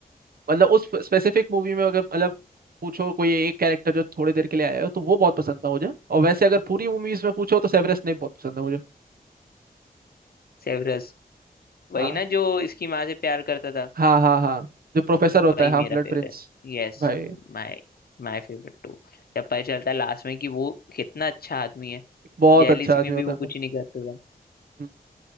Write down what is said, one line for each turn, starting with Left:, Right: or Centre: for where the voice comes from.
Right: मतलब उस स्पेसिफिक मूवी में अगर मतलब पूछो कोई एक कैरेक्टर जो थोड़ी देर के लिए आया हो तो वो बहुत पसंद था मुझे और वैसे अगर पूरी मूवीज में पूछो तो सेवेरस स्नेप बहुत पसंद है मुझे
Left: सेवरस वही
Right: हाँ
Left: ना जो इसकी माँ से प्यार करता था
Right: हाँ हाँ हाँ जो प्रोफेसर होता
Left: वही
Right: है हाफ
Left: मेरा
Right: ब्लड
Left: favourite
Right: प्रिंस
Left: Yes
Right: भाई
Left: My my favourite too जब पता चलता है लास्ट में कि वो कितना अच्छा आदमी है
Right: बहुत
Left: जेलिसी
Right: अच्छा आदमी
Left: में
Right: होता
Left: भी वो
Right: है
Left: कुछ नहीं करता था
Right: हम्म,